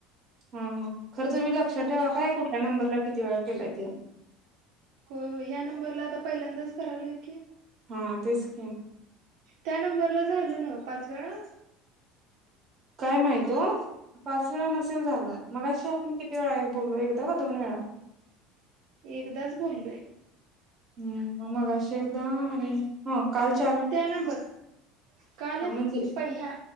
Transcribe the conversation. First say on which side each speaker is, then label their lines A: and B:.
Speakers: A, on the right; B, on the right.
A: हा हा खरंच मी लक्षात ठेवा काय कुठल्या नंबरला किती वेळ केलाय ते
B: हो हो या्या नंबरला आता पहिल्यांदाच करावलो आहे की
A: हा तेच की
B: त्या नंबरला झालं ना पाच वेळा
A: काय माहित ओ पाच वेळा नसेल झालं मगाशी आपण किती वेळा बोललो एकदा ग दोन वेळा
B: एकदाच बोललोय
A: हम्म मगाशी एकदा आणि हा काल चार
B: त्या नंबर कालच
A: हा म्हणजे
B: पहि्या